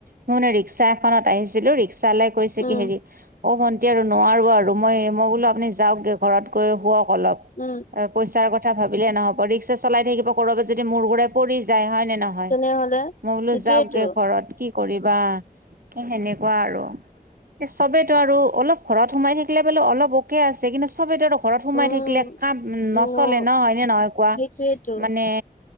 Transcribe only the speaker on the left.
উম
উম
তেনেহলে
সেইটোয়েইটো
উম
উম
সেইটোয়েইটো